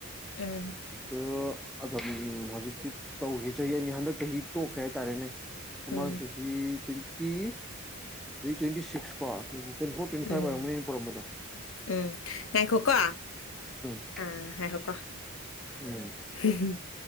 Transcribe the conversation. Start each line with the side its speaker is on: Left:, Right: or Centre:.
Left: ꯑ°
Centre: ꯑꯗꫭ ꯑꯗꯨꯝ ꯍꯧꯖꯤꯛꯇꯤ ꯇꯧꯈꯤ ꯆꯍꯤ ꯑꯅꯤ ꯍꯟꯗꯛ ꯆꯍꯤ ꯇꯣꯛꯈ꯭ꯔꯦ ꯍꯥꯏꯇꯥꯔꯦꯅꯦ ꯃꯃꯥꯡ
Left: ꯎꯝ
Centre: ꯆꯍꯤ ꯇ꯭ꯋꯦꯟꯇꯤ ꯍꯧꯖꯤꯛ ꯇ꯭ꯋꯦꯟꯇꯤ ꯁꯤꯛꯁ ꯀꯣ ꯇ꯭ꯋ ꯇ꯭ꯋꯦꯟꯇꯤ ꯐꯣꯔ ꯇ꯭ꯋꯦꯟꯇꯤ
Left: ꯎꯝ
Centre: ꯐꯥꯏꯚ ꯑꯣꯏꯔꯝꯝꯕꯅꯤꯅ ꯄꯨꯔꯝꯕꯗꯣ
Left: ꯎꯝ ꯉꯥꯏꯈꯣꯀꯣ
Centre: <unintelligible>
Left: ꯑꯥ ꯉꯥꯏꯈꫭ ꯀꫭ
Centre: <inaudible>
Left: <inaudible>